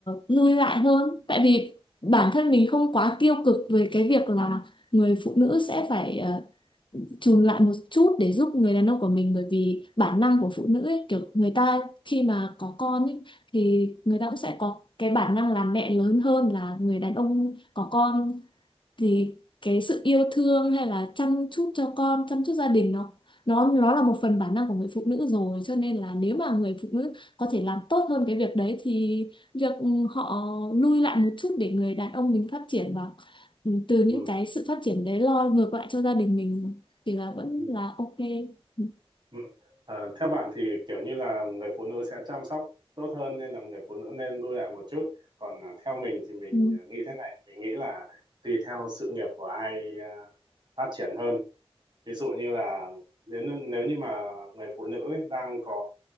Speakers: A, on the left (about 50°); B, on the right (about 45°).
A: lui lại hơn tại vì bản thân mình không quá tiêu cực về cái việc là người phụ nữ sẽ phải ờ, chùn lại một chút để giúp người đàn ông của mình bởi vì bản năng của phụ nữ ấy, kiểu người ta khi mà có con ấy, thì người ta cũng sẽ có cái bản năng làm mẹ lớn hơn là người đàn ông có con thì cái sự yêu thương hay là chăm chút cho con chăm chút gia đình nó nó nó là một phần bản năng của người phụ nữ rồi cho nên là nếu mà người phụ nữ có thể làm tốt hơn cái việc đấy thì việc ừ, họ lui lại một chút để người đàn ông mình phát triển và ừ, từ những
B: ừ.
A: cái sự phát triển đấy lo ngược lại cho gia đình mình thì là vẫn
B: Ừ.
A: là ok ừ.
B: Ừ. Ờ, theo bạn thì kiểu như là người phụ nữ sẽ chăm sóc tốt hơn nên là người phụ nữ nên lui lại một chút còn à, theo mình thì mình
A: Ừ.
B: nghĩ thế này mình nghĩ là tùy theo sự nghiệp của ai à, phát triển hơn ví dụ như là nếu nếu như mà người phụ nữ ấy đang có